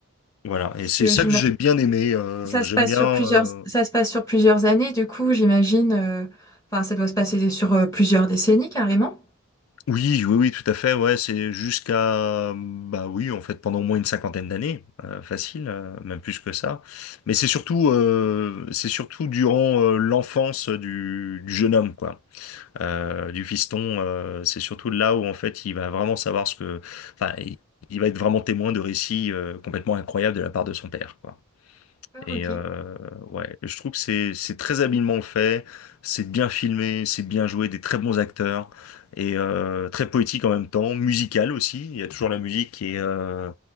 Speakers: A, on the left (about 80°); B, on the left (about 15°).
A: Voilà,
B: Parce
A: et c'est
B: que
A: ça
B: j'ima-
A: que j'ai bien aimé. euh,
B: ça
A: j'aime
B: se passe
A: bien.
B: sur plusieurs,
A: euh,
B: ça se passe sur plusieurs années. Du coup, j'imagine, euh, enfin, ça doit se passer sur euh, plusieurs décennies carrément.
A: Oui, oui, oui, tout à fait. Ouais, c'est jusqu'à bah oui, en fait, pendant au moins une cinquantaine d'années, euh, facile, euh, même plus que ça. Mais c'est surtout, euh, c'est surtout durant euh, l'enfance du, du jeune homme, quoi, euh, du fiston. euh, c'est surtout là où en fait, il va vraiment savoir ce que, enfin, il il va être vraiment témoin de récits euh, complètement incroyables de la part de son père, quoi.
B: D'accord,
A: Et
B: ok.
A: euh, ouais, je trouve que c'est c'est très habilement fait, c'est bien filmé, c'est bien joué, des très bons acteurs et euh, très poétique en même temps, musical aussi. Il y a toujours la musique qui est euh,